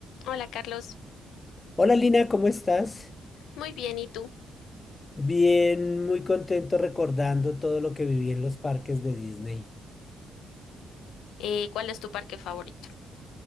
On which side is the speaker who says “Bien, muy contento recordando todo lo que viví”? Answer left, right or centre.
Left